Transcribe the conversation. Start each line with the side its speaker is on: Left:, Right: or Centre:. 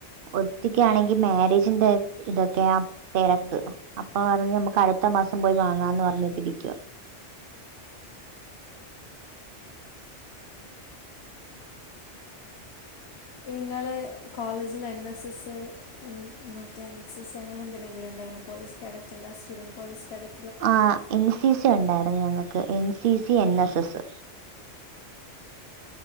Right: ഒരുത്തികാണെകിൽ മാരേജിന്റെ ഇതൊക്കെയാ തിരക്ക് അപ്പൊ പറഞ്ഞു നമ്മുക്ക് അടുത്ത മാസം പോയി വാങ്ങാന്ന് പറഞ്ഞിട്ടിരിക്കുവാ
Left: ഇങ്ങള് കോളേജിൽ എൻ എസ് എസ് മറ്റേ എൻ സി സി അങ്ങനെ എന്തെങ്കിലും ഉണ്ടായിരുന്നോ പോലീസ് കഡക്റ്റ അല്ല സ്റ്റുഡന്റ് പോലീസ് കണ്ടക്റ
Right: ആ എൻ സി സി ഒണ്ടാ ഞങ്ങക്ക് N C C N S S